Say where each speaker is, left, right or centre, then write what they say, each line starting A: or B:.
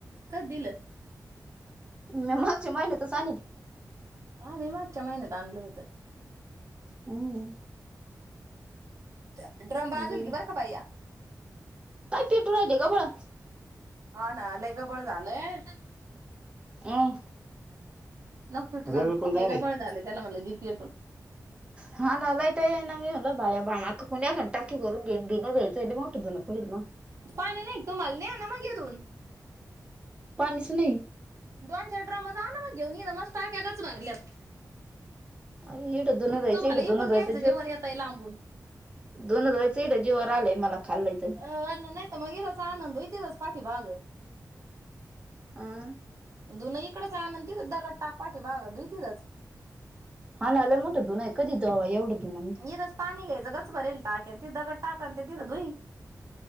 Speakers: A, on the right (about 50°); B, on the right (about 15°).
A: कध दिलं
B: मग मागच्या माहिनतच आणल
A: हा मी मागच्या महिन्यात आणलं होत
B: अहं
A: त्या ड्रम बाजूल
B: बरं
A: घे बर का भाईया
B: पीठ राहुदेग बाळा
A: हा ना लईगबळ झालंय
B: अं
A: ढग फुट झाली
B: रवी कोण जाय
A: लई
B: रे
A: आभाळ झालेय ऑनलाईन <inaudible>
B: हा ना लाईटा येईना मी म्हंटल बाया बा मा कुण्यांकड टाकी भरून घेऊन दिं जायचं मोठं बला पडेल म
A: पाणी नाही तुम्हाला नेहा ना मग येधून
B: पाणीस नाई
A: दोन चार ड्रमा जा ना मग घेऊन इथ मस् टाक्या गच भरल्यात.
B: आ इट धुन धुयचंय
A: तुम्हाला
B: इथं
A: इकून न्यायचं
B: धुयचंय
A: जेवर येताय लांबून.
B: धुण धुयचय सेढ जीवावर आलाय मला खाल्लंय तर
A: अ ना नाहीतर मग इथ आणून द्या इथच पा ती बाग
B: अं
A: दोनहीं इकडच आणन तिथं दगड टाक पाठीमाग धूई तिथच
B: हा ना लय मोठं धुणं आहे कधी तवा एवढं धुणं मी
A: इथच पाणी घ्यायचं गच्च भरेल टाकेन ते दगड टाकन तिथ धूई